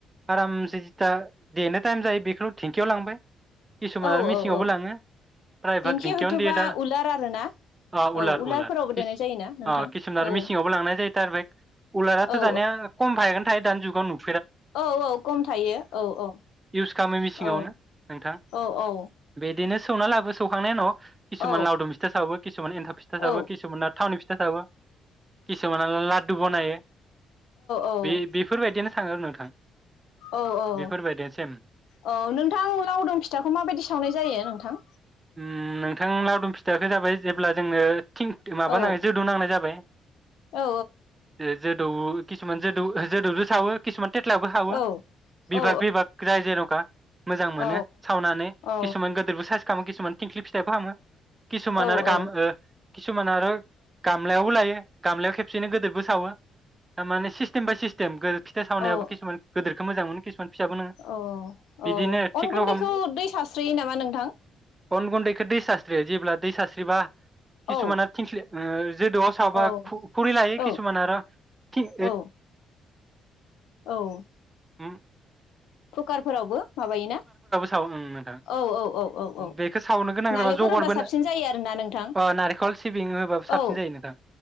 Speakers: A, on the right; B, on the left.
A: आरामसे जिथा देनो टाइम जायो बेखौ थेंकिआव लांबाय किसुमान
B: औ
A: आरो मिसिंआवबो
B: औ औ
A: लाङो प्रायभाग
B: दिंखि
A: दिन्थियावनो
B: हयथ'बा
A: दे दा
B: उलार आरोना
A: ओ
B: औ
A: उलार
B: उलारफोरावबो
A: उलार
B: देनाय जायोना नोंथां
A: किसुमान आरो
B: औ
A: मिसिंआवबो लांनाय जायो थार ओम उलाराथ
B: औ
A: दानिया खम फायागोनथायो दानि जुगाव न
B: औ औ खम थायो औ औ।
A: इउस खालामो मेसिङावनो
B: औ
A: नोंथां
B: औ औ।
A: बिदिनो सौना लाबो सौखांनाय उनाव किसुमान
B: औ
A: लावदुम फिथा सावो किसुमान एन्थाब फिथा सावो
B: औ
A: किसुमाना थावनि फिथा सावो किसुमाना लादु बनायो
B: औ
A: बे-बेफोरबायदिनो। थाङो आरो नोंथां।
B: औ औ
A: बेफोरबायदेसिम
B: औ नोंथां लावदुम फिथाखौ माबायदि सावनाय जायो नोंथां?
A: ओम नोंथां लावदुम फिथाखो जाबाय जेब्ला जोंनो थिं माबा
B: औ
A: नाङो जोदौ नांनाय जाबाय
B: औ
A: ओ जोदु किसुमान जे दौ जेदौजों सावो किसुमान थेटलायावबो साबो
B: औ
A: बिभाग
B: औ
A: बिभाग जाय जेन खा मोजां मोनो
B: औ
A: सावनानै
B: औ
A: किसुमान गोदोरबो साइस खालामो किसुमान थिंख्लि फिथाइ फोरावनो किसुमान
B: औ
A: आरो गाम किसुमान आरो गामलायावबो लायो। गामलायाव खेबसेयैनो गोदोरबो सावो थारमाने सिस्टेम बाय सिस्टेम फिथा सावनायाबो
B: औ
A: खिसुमान गोदिरखौ मोजां मोनो किसुमान फिसाबो नोङो
B: औ
A: बिदिनो
B: औ
A: थिग
B: अन गुन्दैखौ
A: रखम
B: दै सास्रियो नामा नोंथां?
A: गन गुन्दैखौ दै सास्रियो जेब्ला दै सास्रिबा
B: औ
A: किसुमाना थिंख्लि <unintelligible> जोदोआव सावबा
B: औ
A: खु खुरि लायो
B: औ
A: किसुमान आरो थि
B: औ औ।
A: होम?
B: कुकारफोरावबो माबायोना
A: सावो ओं नोंथां
B: औ औ औ औ औ
A: बेखौ सावनो गोनां
B: नालेंखर
A: जाबा जगरबो
B: होबा साबसिन जायो आरोना नोंथां
A: ओ नारेंखल सिबिं होबाबो साबसिन
B: औ
A: जायो नोंथां